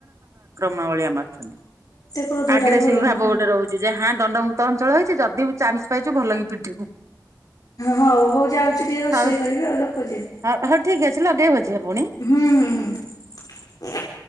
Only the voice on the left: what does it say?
କ୍ରୋଧ
ଟା ବି ଭଲ
ନୁହେଁ।
ହଉ ହଉ ଯାଉଛି ଟିକେ ରୋଷେଇ
କରିବି ଆଉ ରଖୁଚି
ହୁଁ ହୁଁ ହୁଁ।